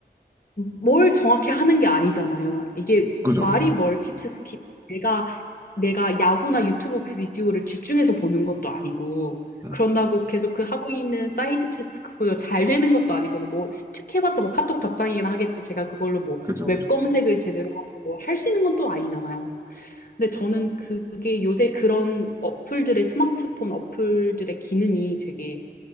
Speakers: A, on the left; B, on the right.
A: 뭘 정확히 하는 게 아니잖아요. 이게
B: 그죠,
A: 말이
B: 그죠.
A: 멀티태스킹. 내가 내가 야구나 유튜브 비디오를 집중해서 보는 것도 아니고
B: 응.
A: 그런다고 계속 그 하고 있는 사이드 태스크 잘 되는 것도 아니고는 뭐 스틱해봤자 뭐 카톡 답장이긴 하겠지. 제가 그걸로 뭐
B: 그죠,
A: 웹
B: 그죠.
A: 검색을 제대로 하고 뭐, 할수 있는 것도 아니잖아요. 근데 저는 그게 요새 그런 어플들의 스마트폰 어플들의 기능이 되게